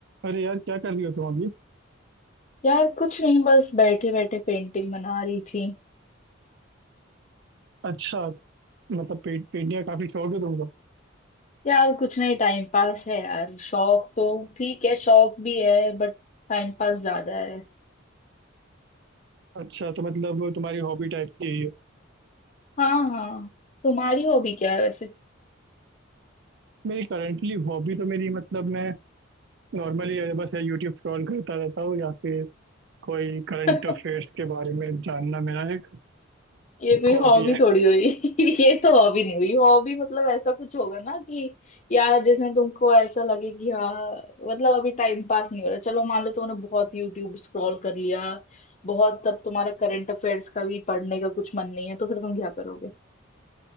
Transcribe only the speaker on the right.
अरे यार क्या कर रही हो तुम अभी
अच्छा मतलब पे, पेंटिंग का काफी शौक है तुमको
अच्छा तो मतलब वो तुम्हारी हॉबी टाइप की यही है
मेरी करंटली हॉबी तो मेरी मतलब मैं नॉर्मली बस यूट्यूब स्क्रॉल करता रहता हूँ या फिर कोई करंट
अफेयर्स के बारे में जानना मेरा एक
हॉबी
है